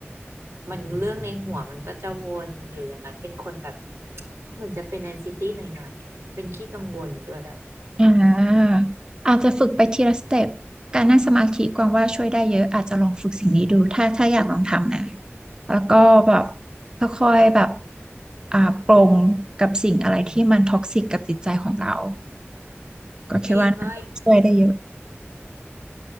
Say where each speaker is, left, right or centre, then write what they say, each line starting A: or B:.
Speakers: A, on the right (about 80°); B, on the right (about 20°).
A: มันเรื่องในหัวมันก็จะวนอยู่อย่างนั้นเป็นคนแบบเหมือนจะเป็นแอนไอซิตี้หน่อยๆอะเป็นขี้กังวลด้วย
B: อ่าอาจจะฝึกไปทีละสเต็ปการนั่งสมาธิกวางว่าช่วยได้เยอะอาจจะลองฝึกสิ่งนี้ดูถ้าถ้าอยากลองทำนะแล้วก็แบบค่อยๆแบบอ่าปลงกับสิ่งอะไรที่มันท็อกซิกกับจิตใจของเราก็คิดว่าน่าจะช่วยได้เยอะ
A: จริงแล้ว